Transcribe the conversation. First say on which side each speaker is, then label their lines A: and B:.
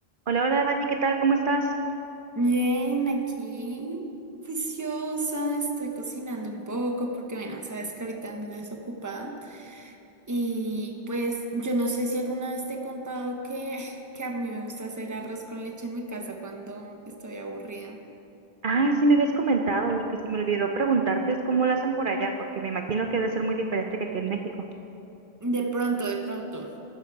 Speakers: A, on the right; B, on the right.
A: Hola, hola Dani, ¿qué tal? ¿Cómo estás?
B: Bien, aquí juiciosa, estoy cocinando un poco porque, bueno, sabes que ahorita ando desocupada. Y pues yo no sé si alguna vez te he contado que, <laughs> que a mí me gusta hacer arroz con leche en mi casa cuando estoy aburrida.
A: Ah, sí me habías comentado, lo que se me olvidó preguntarte es cómo lo hacen por allá, porque me imagino que debe ser muy diferente que aquí en México. <laughs>
B: De pronto, de pronto.